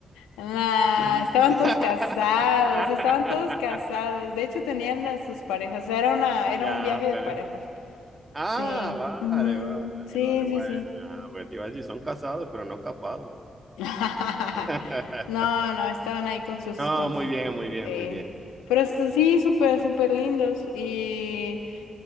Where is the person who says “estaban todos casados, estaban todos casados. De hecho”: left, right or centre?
Left